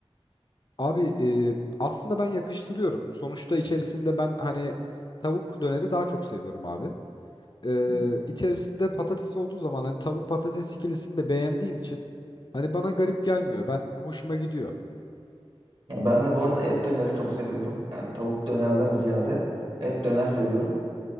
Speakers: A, on the left; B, on the right.
A: Abi e, aslında ben yakıştırıyorum. Sonuçta içerisinde ben hani tavuk döneri daha çok seviyorum abi. E,
B: Hı hı.
A: içerisinde patates olduğu zaman hani tavuk patates ikilisini de beğendiğim için hani bana garip gelmiyor. Ben hoşuma gidiyor.
B: Ya ben de bu arada et döneri çok seviyorum. Yani tavuk dönerden ziyade et döner seviyorum.